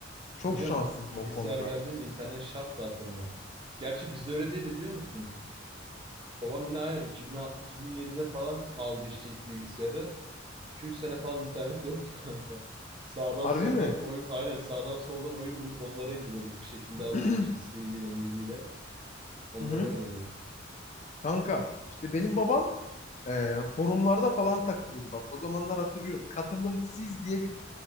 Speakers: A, on the left; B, on the right.
A: Çok
B: Tabii canım.
A: şanslıydım
B: Bilgisayar
A: o konuda.
B: geldi mi internet şart zaten ya. Gerçi bizde öyle değildi biliyor musun? Babam yine aynen 2000, 2007'de falan aldı işte ilk bilgisayarı. 2-3 sene falan internet <laughs> yoktu kanka. Sağdan
A: Harbi
B: soldan
A: mi?
B: oyun aynen sağdan soldan oyun bulup onları indiriyorduk bir şekilde
A: <clears throat>
B: alıyorduk
A: Hı
B: işte CD ile MIDI ile onları
A: hı.
B: oynuyorduk.
A: Kanka işte benim babam e, forumlarda falan takılıyordu bak. O zamanlar hatırlıyorum. Katılımsız diye bir